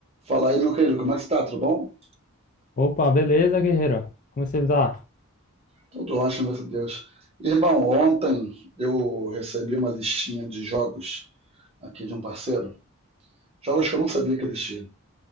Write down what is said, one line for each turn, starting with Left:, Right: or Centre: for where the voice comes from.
Right: Fala aí, meu querido, como é que está Tudo bom?
Left: Opa, beleza, guerreiro? Como você tá?
Right: Tudo ótimo, graças a Deus. Irmão, ontem eu recebi uma listinha de jogos aqui de um parceiro. Jogos que eu não sabia que existiam.